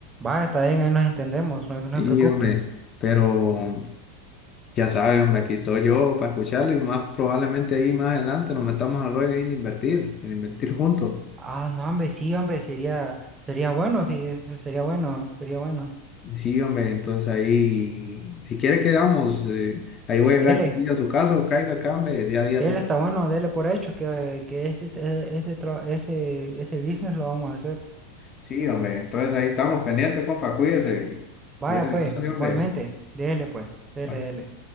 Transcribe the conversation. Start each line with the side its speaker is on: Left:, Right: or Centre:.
Right: va, está bien, ahí nos entendemos, no, no
Left: Sí,
Right: se preocupe.
Left: hombre, pero. Ya saben hombre, aquí estoy yo para escucharlo y más probablemente ahí más adelante nos metamos al rollo ahí en invertir, en invertir juntos.
Right: Ah, no, hombre, sí, hombre, sería, sería bueno, fíjese, sería bueno, sería bueno.
Left: Sí, hombre, entonces ahí, si quiere quedamos, eh, ahí voy a
Right: Dele,
Left: llegar yo a su casa caiga acá, hombre, día a día.
Right: dele,
Left: de-
Right: está bueno, dele por hecho que, que ese, e, ese, tra- ese, ese business lo vamos a hacer.
Left: Sí, hombre, entonces ahí estamos pendientes, compa, cuídese
Right: Vaya
Left: y, y dale
Right: pues,
Left: gracias,
Right: igualmente,
Left: hombre.
Right: déjele pues, dele,
Left: Bueno.
Right: dele.